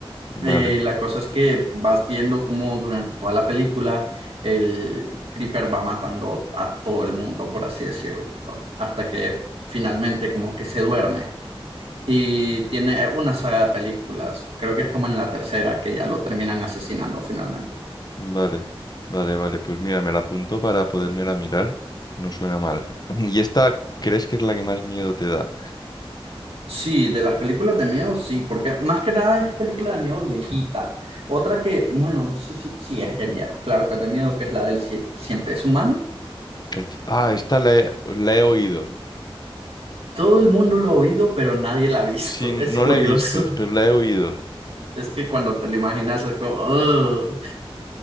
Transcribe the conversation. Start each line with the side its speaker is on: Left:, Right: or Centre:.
Left: Vale,
Right: Eh, la cosa es que vas viendo cómo durante toda la película el Creeper va matando a todo el mundo, por así decirlo, hasta que finalmente como que se duerme. Y tiene una saga de películas, creo que es como en la tercera que ya lo terminan asesinando finalmente.
Left: vale, vale, vale. Pues mira, me la apunto para podérmela mirar. No suena mal. <laughs> <clears throat> ¿Y esta crees que es la que más miedo te da?
Right: Sí, de las películas de miedo, sí, porque más que nada es película de miedo viejita. Otra que, bueno, no sé si, si es de miedo, claro que es de miedo, que es la del cien Siempre es humano.
Left: El ti- Ah, esta la he, la he oído.
Right: Todo el mundo lo ha oído, pero nadie la ha visto.
Left: Sí, no
Right: <laughs> Es curioso.
Left: la he visto, pero la he oído.
Right: Es que cuando te lo imaginas, es como, "Ugh".